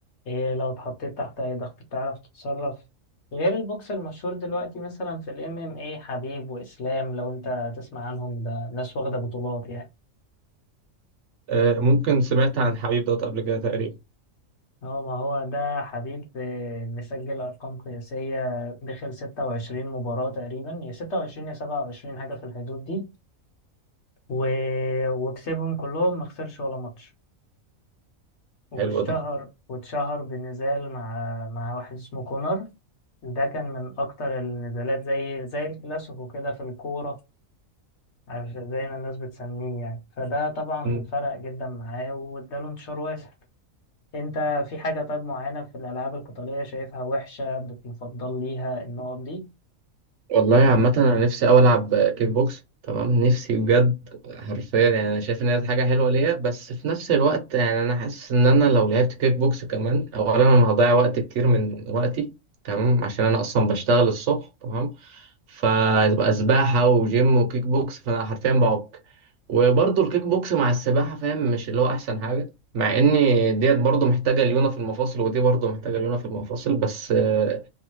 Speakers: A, on the left (about 55°); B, on the right (about 65°).
A: إيه لو اتحطيت تحت اي ضغط بتعرف تتصرف غير البوكس المشهور دلوقتي مثلا في الام ام اي حبيب واسلام لو انت تسمع عنهم ده ناس واخدة بطولات يعني
B: آه، ممكن سمعت عن حبيب دوت قبل كده تقريبا
A: هو ما هو ده حبيب آه، مسجل أرقام قياسية دخل 26 مباراة تقريبا يا 26 يا 27 حاجة في الحدود دي و... وكسبهم كلهم ما خسرش ولا ماتش واشتهر
B: حلو ده
A: واتشهر بنزال مع مع واحد اسمه كونر ده كان من أكتر النزالات زي زي الكلاسيكو كده في الكورة عش- زي ما الناس بتسميه يعني فده طبعا
B: مم.
A: فرق جدا معاه واداله انتشار واسع انت في حاجة طيب معينة في الألعاب القتالية شايفها وحشة بتفضل ليها النقط دي؟
B: والله عامة انا نفسي اوي العب كيك بوكس تمام نفسي بجد حرفيا يعني انا شايف ان هي حاجة حلوة ليا بس في نفس الوقت يعني انا حاسس ان انا لو لعبت كيك بوكس كمان اولا انا هضيع وقت كتير من وقتي تمام عشان انا اصلا بشتغل الصبح تمام فتبقى سباحة وجيم وكيك بوكس فأنا حرفيا بعك وبرضه الكيك بوكس مع السباحة فاهم مش اللي هو أحسن حاجة مع إن ديت برضه محتاجة ليونة في المفاصل ودي برضه محتاجة ليونة في المفاصل بس آه،